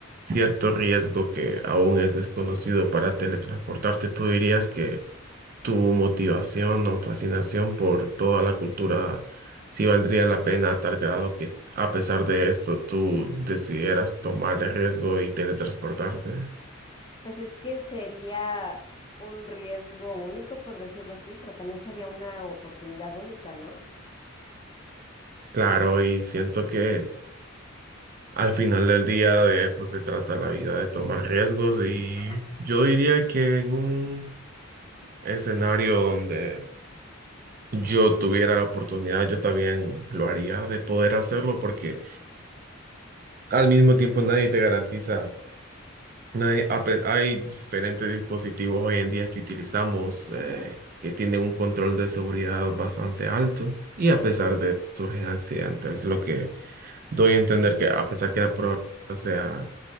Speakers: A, on the right (about 45°); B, on the left (about 20°).
A: cierto riesgo que aún es desconocido para teletransportarte, tú dirías que tu motivación o fascinación por toda la cultura, si valdría la pena a tal grado que a pesar de esto tú decidieras tomar el riesgo y teletransportarte.
B: Pues es que sería un riesgo único, por decirlo así, pero también sería una oportunidad única, ¿no?
A: Claro,
B: Mm.
A: y siento que al final del día de eso se trata la vida, de tomar riesgos y
B: Ajá.
A: yo diría que en un escenario donde yo tuviera la oportunidad, yo también lo haría de poder hacerlo porque al mismo tiempo nadie te garantiza No Hay, ape- hay diferentes dispositivos hoy en día que utilizamos eh,
B: Ujú,
A: que tienen un control de seguridad bastante alto y
B: Sí.
A: a pesar de eso surgen accidentes, lo que doy a entender que a pesar
B: ujú.
A: que la probabilidad sea